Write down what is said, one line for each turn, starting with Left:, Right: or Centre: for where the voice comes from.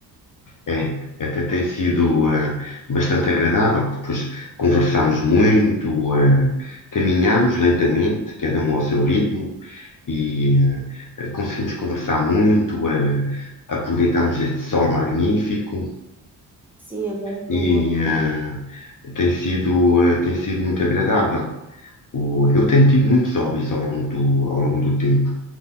Left: É, até tem sido eh, bastante agradável, porque depois conversamos muito, eh, caminhamos lentamente, cada um ao seu ritmo, e eh, conseguimos conversar muito, eh, aproveitamos este sol magnífico
Centre: Sim, agora estou
Left: e
Centre: o bom
Left: eh,
Centre: tempo.
Left: tem sido, eh, tem sido muito agradável. O- eu tenho tido muitos hobbies ao longo do, ao longo do tempo